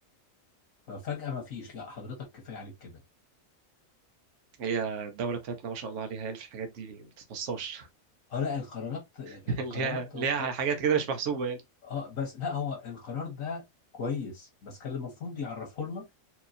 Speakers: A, on the left; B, on the right.
A: ففجأة ما فيش لا حضرتك كفاية عليك كده
B: هي الدولة بتاعتنا ما شاء الله عليها يعني في الحاجات دي ما بتتوصاش
A: اه لا القرارات القرارات
B: <laughs> ليها
A: هو
B: ليها حاجات كده مش محسوبة يعني
A: اه بس لا هو القرار ده كويس بس كان المفروض يعرفه لنا